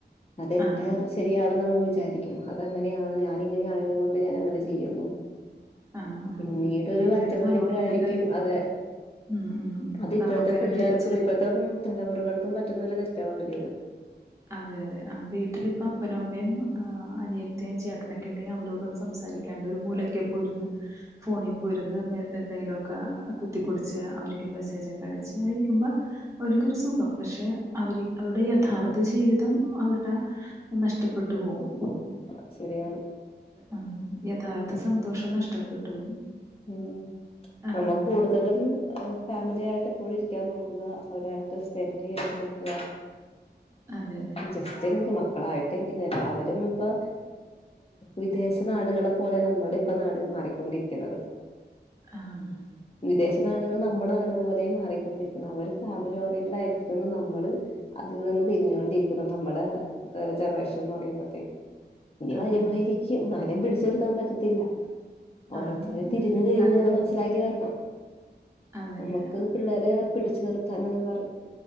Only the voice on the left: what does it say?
അതെന്താ
ശരിയാാണ് നമ്മ വിരിക്കും അങ്ങനെയ ഞാനിങ്ങന ആയതുക കൊണ്ട് ഞാനങ്ങനെ ചെയ്യുന്നു
പിന്നീടൊരു
അറ്റം
വരുമ്പോഴായിരിക്കും
അതെ
അത് ഇപ്പോഴത്തെ
പിള്ളേർക്കും
ഇപ്പോഴത്തെ തലമുറകൾക്കും പറ്റുന്ന ഒരു തെറ്റാണോ വലിയത്
ആ ശരിയാണ്
ഉം
നമ്മ കൂടുതലും ഫാമിലിയായിട്ടു എപ്പോഴും ഇരിക്കാൻ നോക്കുക അവരായിട്ട് സ്പെൻറ്റ് ചെയ്യാൻ നോക്കുക
ജസ്റ്റ് എങ്കുലും മക്കളായിട്ടെങ്കിലും എല്ലാവരും ഇപ്പൊ വിദേശ നാടുകളെ പോലെ നമ്മുടെ ഇപ്പ നാടുകളും മാറിക്കൊണ്ടിരിക്കുന്നത്
വിദേശ നാടുകൾ നമ്മുടെ നാട് പോലെ മാറിക്കൊണ്ടിരിക്കുന്ന അവരും ഫാമിലഓറിയൻ്റടായിട്ടിരിക്കുന്നു നമ്മ നമ്മള് അതിൽ നിന്ന് തിരിഞ്ഞുകൊണ്ടിരിക്കുന്നു നമ്മുടെ ഏ ജനറേഷ എന്ന് പറയുമ്പോത്തേക്കും ഇനി വരുമായിരിക്കും
ന എൻ പിടി സേർ പറയാൻ പറ്റത്തില്ല
ഓരോരുത്തര് തിരിഞ് തിരിഞ്
അത് മനസ്സാക്കി വരണം
നമുക്ക് പിള്ളേരെ പിടിച്ചു നിർത്താനൊന്നും പറ